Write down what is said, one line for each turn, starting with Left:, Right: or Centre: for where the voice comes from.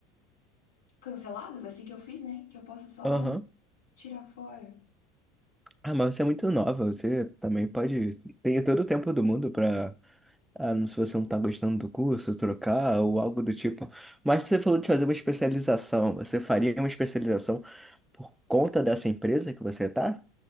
Left: canceladas, assim que eu fiz, né? Que eu posso só
Centre: aham.
Left: tirar fora.
Centre: Ah, mas você é muito nova, você também pode. Tem todo o tempo do mundo pra. Ah, não- se você não tá gostando do curso, trocar ou algo do tipo. Mas você falou de fazer uma especialização. Você faria uma especialização? por conta dessa empresa que você tá,